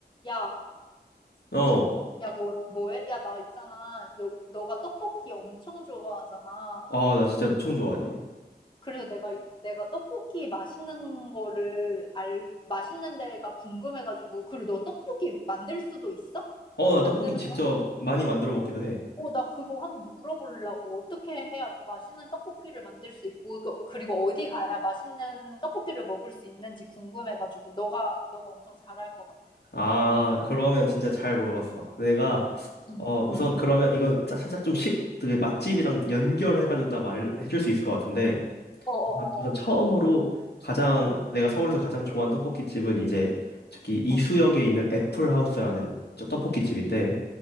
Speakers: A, on the left (about 25°); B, on the left (about 65°).
A: 야,
B: 어.
A: 야, 뭐, 뭐해? 야, 나 있잖아. 여, 너가 떡볶이 엄청 좋아하잖아.
B: 아, 나 진짜 엄청 좋아하지.
A: 그래서 내가, 내가 떡볶이 맛있는 거를 알, 맛있는 데가 궁금해가지고. 그리고 너 떡볶이 만들 수도 있어?
B: 어, 나
A: 만드는
B: 떡볶이 직접
A: 거 할 수 있어?
B: 많이 만들어 먹기도 해.
A: 어, 나 그거 한번 물어보려고. 어떻게 해야 맛있는 떡볶이를 만들 수 있고, 그- 그리고 어디 가야 맛있는 떡볶이를 먹을 수 있는지 궁금해가지고. 너가, 너가 엄청 잘할 것 같아.
B: 아, 그러면 진짜 잘 물어봤어. 내가,
A: 응.
B: 어,
A: 응.
B: 우선 그러면 이거 짜- 살짝 좀 식, 그 맛집이랑 연결해가지고 딱 말해줄 수 있을 것 같은데.
A: 어어어어.
B: 우선, 우선 처음으로 가장,
A: 어, 어.
B: 내가 서울에서 가장 좋아하는 떡볶이집은 이제 저기 이수역에
A: 어, 어.
B: 있는 애플하우스라는 저 떡볶이집인데.